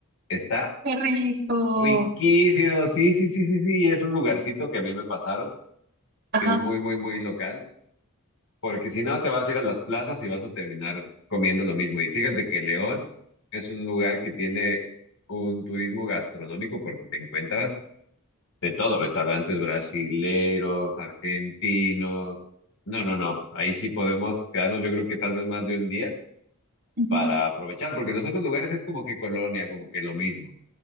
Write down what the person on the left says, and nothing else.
está
riquísimo. Sí, sí, sí, sí, sí, es un lugarcito que a mí me pasaron,
que es muy, muy, muy local, porque si no te vas a ir a las plazas y vas a terminar comiendo lo mismo. Y fíjate que León es un lugar que tiene un turismo gastronómico porque te encuentras de todo, restaurantes brasileros, argentinos. No, no, no. Ahí sí podemos quedarnos, yo creo que tal vez más de un día
para aprovechar, porque los otros lugares es como que colonia, como que lo mismo.